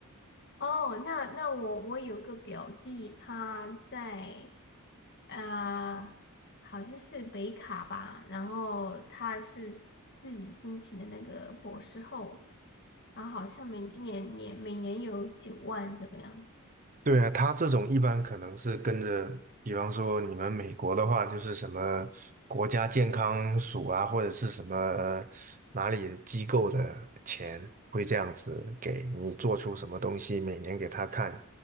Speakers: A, on the left; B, on the right.
A: 哦，那那我我有个表弟他在啊、呃好像是北卡吧，然后他是自己申请的那个博士后，然后好像每年年每年有九万这个样子。
B: 对啊，他这种一般可能是跟着，比方说你们美国的话，就是什么国家健康署啊，或者是什么呃哪里机构的钱，会这样子给你做出什么东西，每年给他看，